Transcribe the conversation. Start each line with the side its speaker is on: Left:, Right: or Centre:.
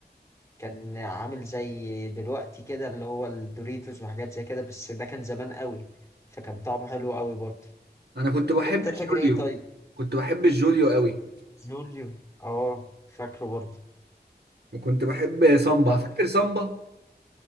Left: كان عامل زي دلوقتي كده اللي هو الدوريتوس وحاجات زي كده بس ده كان زمان قوي فكان طعمه حلو قوي برضه
Right: أنا كنت بحب
Left: انت فاكر
Right: الجوليو
Left: ايه طيب
Right: كنت بحب الجوليو قوي
Left: جوليو اه فاكره برضه
Right: وكنت بحب سامبا
Left: طب
Right: فاكر سامبا